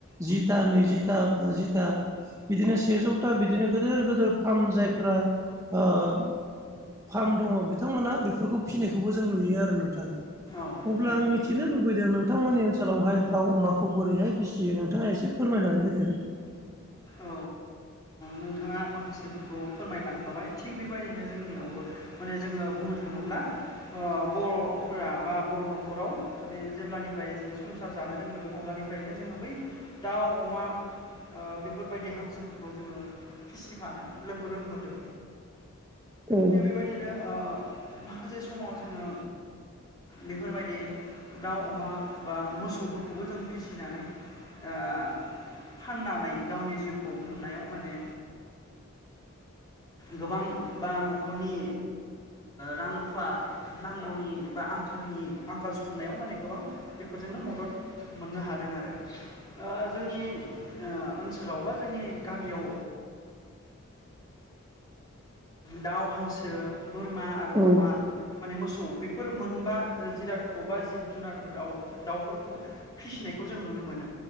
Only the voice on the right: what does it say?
जिथा नैजिथा बाजिथा बिदिनो सेजौथा बिदिनो गिदोर गिदिर फार्म जायफ ओम फार्म दङ बिथांमोनहा बेफोरखौ फिसिनायखौबो जों नुयो आरो नोंथां।
अब्ला
आं मिथिनो लुबैदों नों थांमोननि ओनसोलावहाय दाउ अमाखौ बोरैहाय फिसियो नोंथाङा एसे फोरमायनानै होदो।
औ
औ